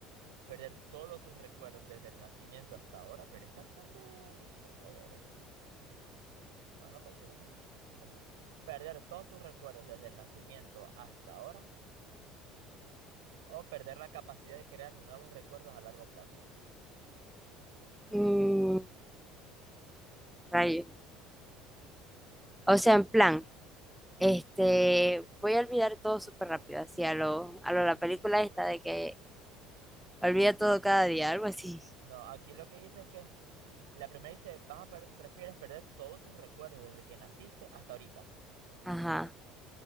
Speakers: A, on the right (about 85°); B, in the centre.
A: perder todos tus recuerdos desde el nacimiento hasta ahora? Pero estas son de superpoderes. Bueno, parece que sí. En fin. ¿Perder todos tus recuerdos desde el nacimiento hasta ahora? ¿O perder la capacidad de crear nuevos recuerdos a largo plazo?
B: Mm, rayos. O sea, en plan, este, voy a olvidar todo súper rápido, así a lo, a lo la película esta de que olvida todo cada día, algo así.
A: No, aquí lo que dice es que la primera dice, vas a per- prefieres perder todos tus recuerdos desde que naciste hasta ahorita.
B: Ajá.